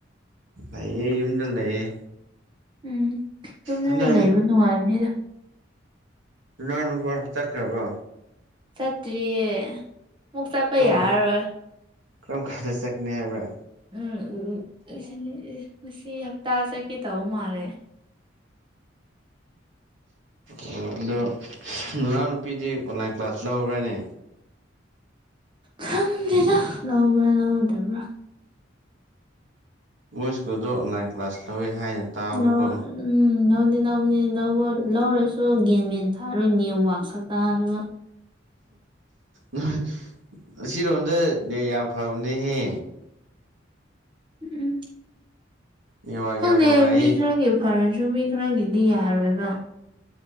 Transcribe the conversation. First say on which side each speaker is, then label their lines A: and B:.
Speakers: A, on the right; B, on the right.
A: ꯂꯩꯌꯦ ꯌꯨꯝꯗ ꯂꯩꯌꯦ
B: ꯎꯝ ꯇꯨꯝꯗꯨꯅ
A: ꯍꯟꯗꯛ
B: ꯂꯩꯕ ꯅꯨꯡꯉꯥꯏꯕꯅꯤꯗ
A: ꯅꯅꯥꯎꯅꯨꯄꯥ ꯆꯠꯈ꯭ꯔꯕꯣ
B: ꯆꯇ꯭ꯔꯤꯌꯦ ꯃꯨꯛ ꯆꯠꯄ
A: ꯀꯔꯝ
B: ꯌꯥꯔꯔꯣꯏ
A: ꯀꯥꯟ ꯀꯔꯝ ꯀꯥꯟꯗ ꯆꯠꯀꯅꯤ ꯍꯥꯏꯕ꯭ꯔ
B: ꯎꯝ <unintelligible> ꯉꯁꯤ ꯍꯞꯇꯥ ꯆꯠꯀꯦ ꯇꯧꯕ ꯃꯥꯜꯂꯦ
A: ꯑꯣ ꯑꯗꯨꯗꯣ ꯅꯅꯥꯎ ꯅꯨꯄꯤꯗꯤ ꯑꯣꯟꯂꯥꯏꯟ ꯀ꯭ꯂꯥꯁ ꯂꯧꯕ꯭ꯔꯅꯦ
B: ꯈꯪꯗꯦꯗ ꯂꯧꯕ꯭ꯔ ꯂꯧꯗꯕ꯭ꯔ
A: ꯃꯣꯏ ꯁ꯭ꯀꯨꯜꯗꯣ ꯑꯣꯟꯂꯥꯏꯟ ꯀ꯭ꯂꯥꯁ ꯂꯧꯋꯤ ꯍꯥꯏꯅ ꯇꯥꯕꯀꯣ
B: <unintelligible> ꯎꯝ ꯂꯧꯗꯤ ꯂꯧꯕꯅꯦ ꯂꯧꯔꯁꯨ ꯒꯦꯟ ꯃꯦꯟ ꯊꯥꯔꯣꯏ ꯅꯦꯋꯥꯛ ꯁꯛꯇꯥꯗꯨꯒ
A: ꯍꯨ ꯑꯁꯤꯔꯣꯝ ꯗ ꯅꯦꯠ ꯌꯥꯝ ꯐꯕꯅꯦꯍꯦ
B: ꯎꯝ
A: ꯅꯦꯠꯋꯥꯛ
B: ꯈꯪꯗꯦ
A: ꯌꯥꯝ ꯅꯨꯡꯉꯥꯏꯌꯦ
B: ꯃꯤ ꯈꯔꯒꯤ ꯐꯔꯁꯨ ꯃꯤ ꯈꯔꯒꯤꯗꯤ ꯌꯥꯔꯣꯏꯕ